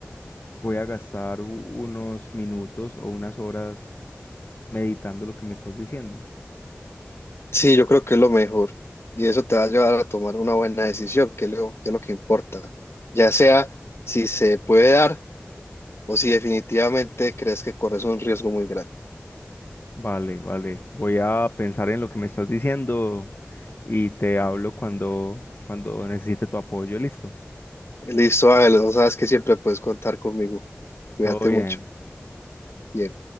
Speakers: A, on the left; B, on the left.
A: voy a gastar u- unos minutos o unas horas meditando lo que me estás diciendo.
B: Sí, yo creo que es lo mejor y eso te va a llevar a tomar una buena decisión, que es lo, que es lo que importa, ya sea si se puede dar o si definitivamente crees que corres un riesgo muy grande.
A: Vale, vale. Voy a pensar en lo que me estás diciendo y te hablo cuando, cuando necesite tu apoyo. Listo.
B: Listo, Ángel, no sabes que siempre puedes contar conmigo. Cuídate
A: Todo bien.
B: mucho. Bien.